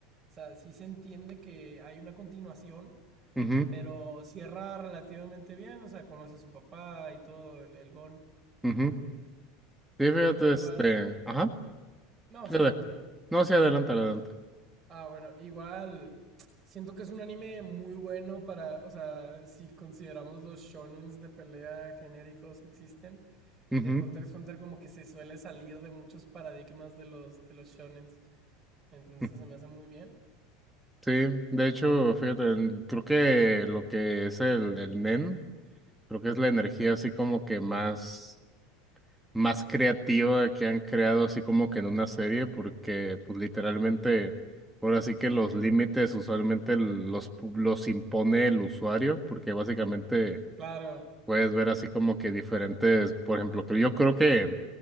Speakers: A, on the right; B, in the centre.
A: O sea, sí se entiende que hay una continuación,
B: ujú,
A: pero cierra relativamente bien, o sea, conoce a su papá y todo, el, el Gon.
B: ujú. Sí, fíjate,
A: Igual,
B: este, ajá,
A: no,
B: fíjate.
A: sí, continúa.
B: No, sí, adelante, adelante.
A: Ah, bueno, igual siento que es un anime muy bueno para, o sea, si consideramos los shonens de pelea genéricos que existen,
B: Ujú,
A: eh, Hunter x Hunter como que se suele salir de muchos paradigmas de los, de los shonens, entonces
B: ujú.
A: se me hace muy bien.
B: Sí, de hecho, fíjate, el- creo que lo que es el, el NEM, creo que es la energía así como que más, más creativa que han creado así como que en una serie, porque pues literalmente, ahora sí que los límites usualmente los, pu- los impone el usuario, porque básicamente
A: Claro,
B: Puedes ver así como que diferentes, por ejemplo, que yo creo que